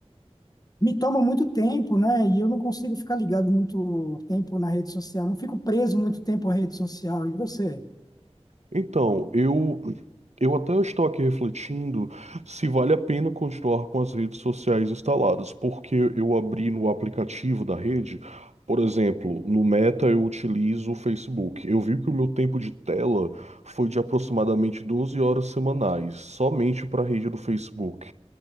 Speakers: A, on the left; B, on the right.
A: me toma muito tempo, né? E eu não consigo ficar ligado muito tempo na rede social. Não fico preso muito tempo à rede social. E você?
B: Então, eu eu até estou aqui refletindo se vale a pena continuar com as redes sociais instaladas, porque eu abri no aplicativo da rede, por exemplo, no Meta eu utilizo o Facebook. Eu vi que o meu tempo de tela foi de aproximadamente 12 horas semanais, somente para a rede do Facebook.